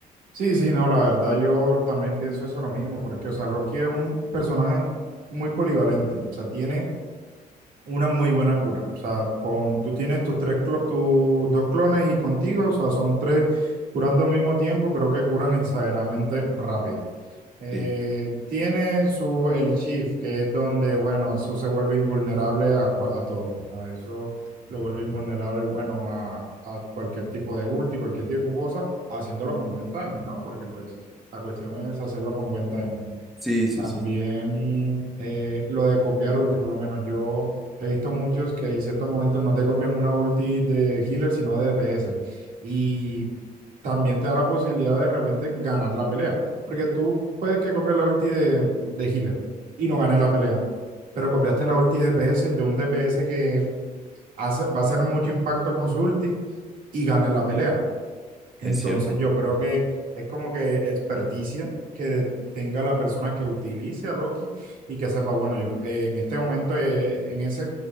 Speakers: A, on the right; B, in the centre.
A: Sí, sí, no, la verdad yo también pienso eso lo mismo, porque, o sea, Loki es un personaje muy polivalente, o sea, tiene una muy buena cura. O sea, con, tú tienes tus, tres clo- tus dos clones y contigo, o sea, son tres curando al mismo tiempo, creo que curan exageradamente rápido. Eh,
B: Sí,
A: tiene su el shift, que es donde, bueno, eso se vuelve invulnerable a, cua- a todo. O sea, eso lo vuelve invulnerable, bueno, a, a cualquier tipo de ulti, cualquier tipo de cosa, haciéndolo con buen timing, ¿no? Porque pues la cuestión es hacerlo con buen timing.
B: sí, sí,
A: También
B: sí,
A: eh, lo de copiar ulti, por lo menos yo he visto muchos que en ciertos momentos no te copian una ulti de healer, sino de DPS. Y también te da la posibilidad de repente ganar la pelea, porque tú puedes que copies la ulti de, de healer y no ganes la pelea, pero copiaste la ulti de DPS de un DPS que hace, va a hacer mucho impacto con su ulti y ganes la pelea. Entonces
B: es cierto.
A: yo creo que es como que experticia que tenga la persona que utilice a Loki y que sepa, bueno, yo eh, en este momento, eh, en ese